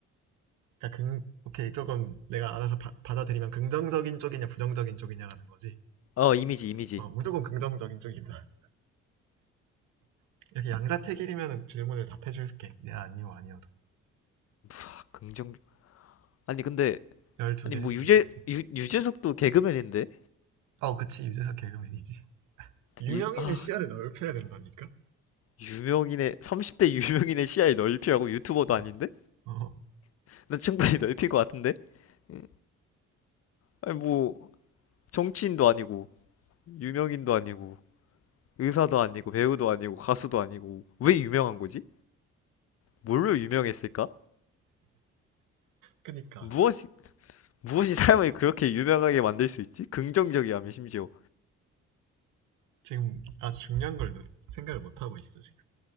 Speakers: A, on the right; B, on the left.
A: 그러니까 긍, 오케이, 조금 내가 알아서 바- 받아들이면 긍정적인 쪽이냐, 부정적인 쪽이냐라는 거지.
B: 어, 이미지 이미지.
A: 어, 무조건 긍정적인 쪽입니다. <laughs> 이렇게 양자택일이면 질문을 답해줄게. 네, 아니요, 아니어도.
B: 아, 긍정 아니 근데
A: 12개,
B: 아니 뭐
A: 지금.
B: 유재 유, 유재석도 개그맨인데
A: 어, 그치, 유재석 개그맨이지. 유명인의
B: 유, 아
A: 시야를 넓혀야 된다니까?
B: 유명인의 30대 유명인의 시야를 넓히라고 유튜버도
A: 어,
B: 아닌데
A: 어.
B: 난 충분히 <laughs> 넓힐 것 같은데 응. 아니 뭐 정치인도 아니고 유명인도 아니고 의사도 아니고 배우도 아니고 가수도 아니고 왜 유명한 거지? 뭘로 유명했을까?
A: 그니까.
B: 무엇이 무엇이 사람을 그렇게 유명하게 만들 수 있지? 긍정적이야며 심지어
A: 지금 아주 중요한 걸 생각을 못하고 있어, 지금.